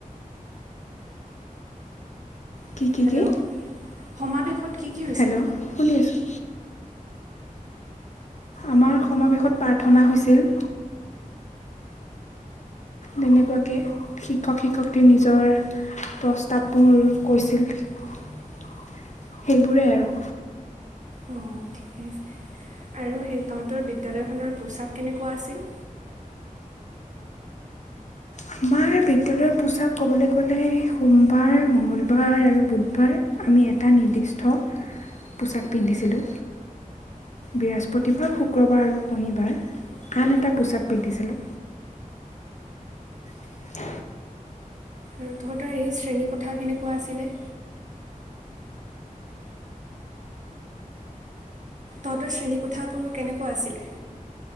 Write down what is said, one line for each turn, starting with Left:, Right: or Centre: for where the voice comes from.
Left: কি কি
Right: হেল্ল'
Left: কি
Right: সমাৱেশত কি কি হৈছিল
Left: হেল্ল' শুনি আছোঁ আমাৰ সমাৱেশত প্ৰাৰ্থনা হৈছিল। তেনেকুৱাকে শিক্ষক শিক্ষয়ত্ৰী নিজৰ প্ৰস্তাৱবোৰ কৈছিল। সেইবোৰেই আৰু
Right: অ' ঠিকে আছে আৰু সেই তহঁতৰ বিদ্যালয়খনৰ পোছাক কেনেকুৱা আছিল?
Left: আমাৰ বিদ্যালয়ৰ পোচাক ক'বলৈ গ'লে সোমবাৰ মঙ্গলবাৰ আৰু বুধবাৰ আমি এটা নিৰ্দিষ্ট পোচাক পিন্ধিছিলোঁ। বৃহস্পতিবাৰ শুক্ৰবাৰ আৰু শনিবাৰ আন এটা পোছাক পিন্ধিছিলোঁ। অ'
Right: আৰু তহঁতৰ এই শ্ৰেণীৰ কোথা কেনেকুৱা আছিলে তহঁ‌তৰ শ্ৰেণীকোঠাবোৰ কেনেকোৱা আছিলে